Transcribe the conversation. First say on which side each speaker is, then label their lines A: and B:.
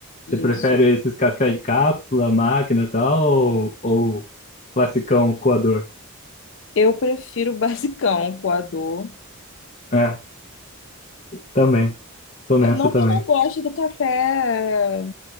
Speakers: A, on the left; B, on the left.
A: Você prefere
B: Isso.
A: esses café de cápsula, máquina e tal, ou, ou classicão coador?
B: Eu prefiro <laughs> o basicão, o coador.
A: É, também. Tô nessa
B: Eu- Não
A: também.
B: que eu não goste do café